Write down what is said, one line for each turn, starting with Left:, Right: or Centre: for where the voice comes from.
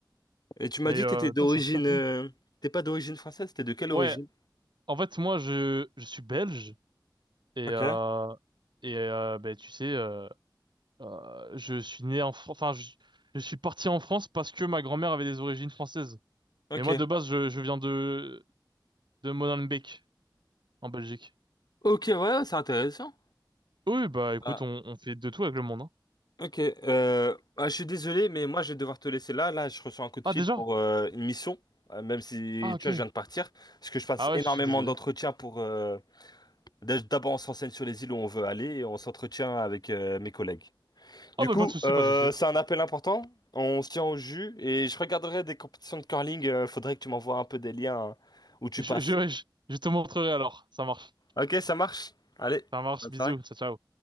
Left: Et tu m'as
Right: mais
Left: dit
Right: euh,
Left: que t'étais d'origine,
Right: putain, c'est un super pays.
Left: euh, t'es pas d'origine française, t'es de quelle
Right: Ouais,
Left: origine?
Right: en fait moi je je suis belge et
Left: Ok,
Right: euh, et euh, ben tu sais euh, Euh, je suis né en France, enfin, je, je suis parti en France parce que ma grand-mère avait des origines françaises.
Left: ok.
Right: Mais moi, de base, je, je viens de, de Molenbeek, en Belgique.
Left: Ok, ouais, c'est intéressant.
Right: Oui, bah écoute,
Left: Ah,
Right: on, on fait de tout avec le monde, hein.
Left: ok, euh, ah, je suis désolé, mais moi je vais devoir te laisser là. Là, je reçois un coup de
Right: Ah,
Left: fil
Right: déjà?
Left: pour euh, une mission, euh, même si
Right: Ah, ok.
Left: tu vois, je viens de partir, parce que je passe
Right: Ah ouais,
Left: énormément
Right: je suis désolé.
Left: d'entretiens pour euh, D'a- D'abord, on s'enseigne sur les îles où on veut aller et on s'entretient avec euh, mes collègues. Du
Right: Oh, bah
Left: coup,
Right: pas de souci,
Left: euh,
Right: pas de souci.
Left: c'est un appel important. On se tient au jus et je regarderai des compétitions de curling. euh, faudrait que tu m'envoies un peu des liens hein, où tu
Right: Je,
Left: passes.
Right: je, je, je te montrerai alors. Ça marche,
Left: Ok, ça marche. Allez,
Right: ça marche,
Left: bonne soirée.
Right: bisous, ciao, ciao.